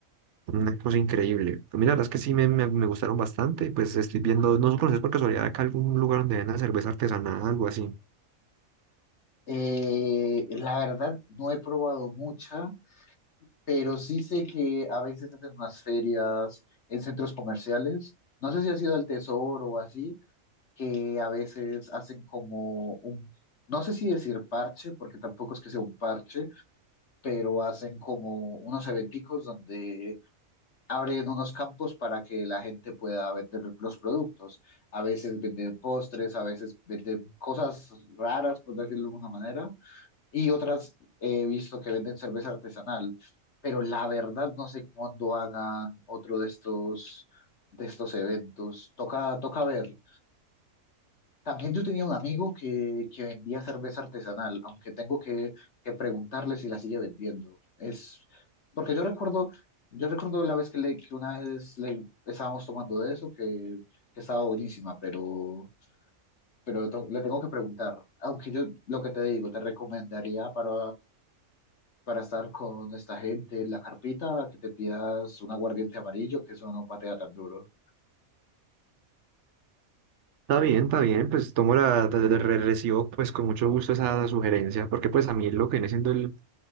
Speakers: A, on the right; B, on the left.
A: una cosa increíble. Pues Mira, la verdad es que sí me, me, me gustaron bastante. Pues estoy viendo, no sé, conoces por casualidad acá algún lugar donde venden cerveza artesanal, algo así.
B: Eh, la verdad, no he probado mucha. pero sí sé que a veces hacen unas ferias en centros comerciales. No sé si ha sido al Tesoro o así, que a veces hacen como un, no sé si decir parche, porque tampoco es que sea un parche, pero hacen como unos eventicos donde abren unos campos para que la gente pueda vender los productos. A veces venden postres, a veces venden cosas raras, por decirlo de alguna manera, y otras eh, he visto que venden cerveza artesanal, pero la verdad no sé cuándo hagan otro de estos, de estos eventos. Toca, toca ver. También yo tenía un amigo que, que vendía cerveza artesanal, aunque tengo que, que preguntarle si la sigue vendiendo. Es porque yo recuerdo, yo recuerdo la vez que, le, que una vez le estábamos tomando de eso, que, que estaba buenísima, pero, pero le tengo que preguntar. Aunque yo lo que te digo, te recomendaría para para estar con esta gente en la carpita, que te pidas un aguardiente amarillo, que eso no patea tan duro.
A: Está bien, está bien, pues tomo la, de- de- re- recibo pues con mucho gusto esa sugerencia, porque pues a mí lo que viene siendo el